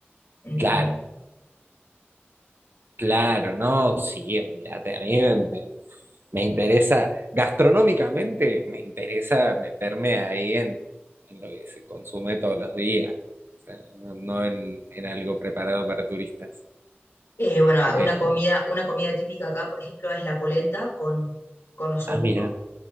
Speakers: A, on the left; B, on the right.
A: en,
B: claro,
A: en-
B: claro, no, sí, olvídate, a mí me, me- me interesa, gastronómicamente me interesa meterme ahí en, en lo que se consume todos los días, o sea, no, no en, en algo preparado para turistas.
A: Eh, bueno,
B: Porque-
A: una comida, una comida típica acá, por ejemplo, es la polenta con, con osobuco,
B: Ah, mira,